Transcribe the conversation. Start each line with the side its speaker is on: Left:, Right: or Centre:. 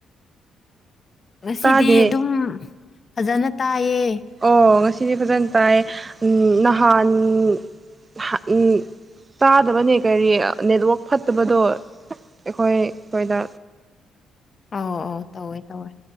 Left: ꯉꯁꯤꯗꯤ
Right: ꯇꯥꯗꯦ
Left: ꯑꯗꯨꯝ ꯐꯖꯅ ꯇꯥꯏꯌꯦ
Right: ꯑꯣ ꯉꯁꯤ ꯁꯤꯗꯤ ꯐꯖꯅ ꯇꯥꯏ ꯅꯍꯥꯟ <unintelligible> ꯇꯥꯗꯕꯅꯦ ꯀꯔꯤ ꯅꯦꯠꯋꯛ ꯐꯠꯇꯕꯗꯣ ꯑꯩꯈꯣꯏ ꯀꯣꯏꯗꯥ
Left: ꯑꯥꯎ ꯑ ꯇꯧꯋꯦ ꯇꯧꯋꯦ